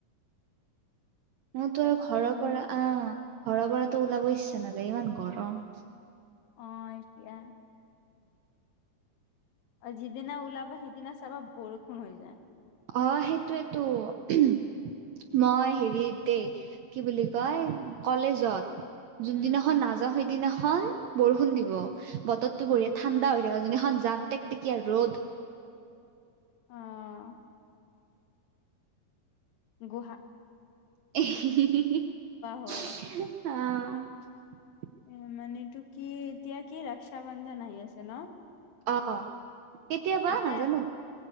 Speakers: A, on the right; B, on the left.
A: মোৰতো
B: এতিয়া
A: আৰু
B: চোন
A: ঘৰৰ পৰা অ' ঘৰৰ পৰাতো ওলাব ইচ্ছা নাযায়, ইমান গৰম।
B: অ', এতিয়া আৰু যিদিনা ওলাবা সিদিনা চাবা বৰষুণ হৈ যায়।
A: অ', সেইটোৱেইতো মই হেৰিত দেই, কি বুলি কয়, কলেজত জোনদিনাখন
B: উম
A: নাযাওঁ সেইদিনাখন বৰষুণ দিব, বতৰটো
B: অ
A: বঢ়িয়া ঠাণ্ডা হৈ যিদিনাখন যাম টেকটেকীয়া ৰ'দ
B: অ' গুহা
A: অ'
B: হয় উম মানে এইটো কি এতিয়া কি, ৰক্ষা বন্ধন আহি আছে ন?
A: অ', কেতিয়া বা,
B: এটা
A: নাজানো।